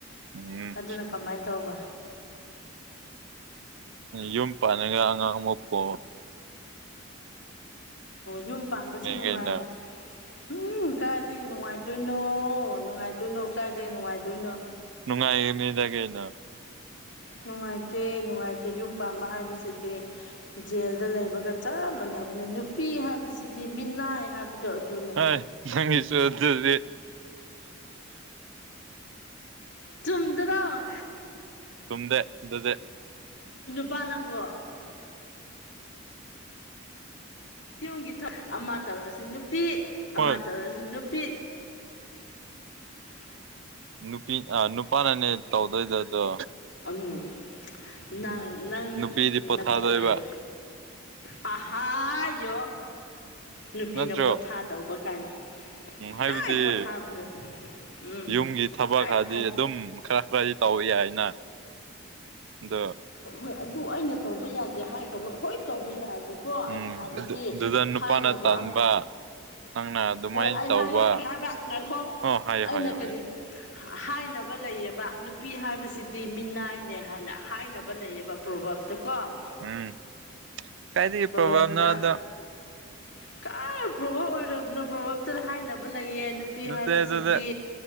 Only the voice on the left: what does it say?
ꯑꯗꯨꯅ ꯀꯃꯥꯏꯅ ꯇꯧꯕ
ꯌꯨꯝ ꯄꯥꯟꯕꯁ ꯅꯨꯡꯉꯥꯏ
ꯎꯝ ꯀꯥꯏꯗꯒꯤ ꯅꯨꯡꯉꯥꯏꯗꯣꯏꯅꯣ ꯅꯨꯡꯉꯥꯏꯗꯣꯏꯅꯣ ꯀꯥꯏꯗꯒꯤ ꯅꯨꯡꯉꯥꯏꯗꯣꯏꯅꯣ
ꯅꯨꯡꯉꯥꯏꯇꯦ ꯅꯨꯡꯉꯥꯏꯇꯦ ꯌꯨꯝ ꯄꯥꯟꯕ ꯍꯥꯏꯕꯁꯤꯗꯤ ꯖꯦꯜꯗ ꯂꯩꯕꯒ ꯆꯞ ꯃꯥꯟꯅꯩ ꯅꯨꯄꯤ ꯍꯥꯏꯕꯁꯤꯗꯤ ꯃꯤꯅꯥꯏ ꯍꯥꯏꯕꯗꯣ ꯑꯗꯨꯅꯦ
ꯆꯨꯝꯗ꯭ꯔ
ꯄꯥꯟꯅꯕꯣ ꯌꯨꯝꯒꯤ ꯑꯃ ꯇꯧꯔꯁꯤ ꯅꯨꯄꯤ
ꯑꯃ ꯇꯧꯔꯁꯤ ꯅꯨ ꯐꯦ <unintelligible> <inaudible>
ꯎ ꯏ <unintelligible> <inaudible> ꯅꯪ
ꯅ
ꯆꯎꯔꯦꯕ ꯑꯍꯥꯌꯣ ꯅꯨꯄꯤꯅ
ꯄꯣꯊꯥꯗꯧꯕ ꯀꯥꯏꯅ
ꯀꯥꯏ ꯄꯣꯊꯥꯕꯅꯣ ꯎꯝ
ꯍꯥꯏꯔꯣ
ꯍꯥꯏꯔꯣ
ꯍꯣꯏ ꯑꯗꯨ ꯑꯩꯅ ꯇꯧꯕ ꯌꯥꯗꯦ ꯍꯥꯏꯈ꯭ꯔꯕ ꯍꯣꯏ ꯇꯧꯕ ꯌꯥꯕ ꯀꯣ
ꯑꯩꯅ ꯍꯥꯏꯕꯗꯤ
ꯍꯥꯏꯅꯕ
ꯑꯃ
ꯍꯣꯏ ꯑꯩ
ꯍꯥꯏꯔꯛꯀꯦ ꯍꯥꯏꯕ ꯉꯥꯏꯈꯣ
ꯑꯩꯅ ꯀꯔꯤ
ꯍꯥꯏꯅꯕ ꯂꯩꯌꯦꯕ ꯅꯨꯄꯤ ꯍꯥꯏꯕꯁꯤꯗꯤ ꯃꯤꯅꯥꯏꯅꯦ ꯍꯥꯏꯅ ꯍꯥꯏꯅꯕ ꯂꯩꯕ ꯄ꯭ꯔꯣꯚꯇ ꯀꯣ
ꯄ꯭ꯔꯣꯚꯞꯇ ꯀ ꯄ꯭ꯔꯚ ꯑꯣꯏꯔꯕꯅꯣ ꯄ꯭ꯔꯣꯚꯇ ꯍꯥꯏꯅꯕ ꯂꯩꯌꯦ ꯅꯨꯄꯤ
ꯍꯥꯏꯕꯁꯤꯗꯤ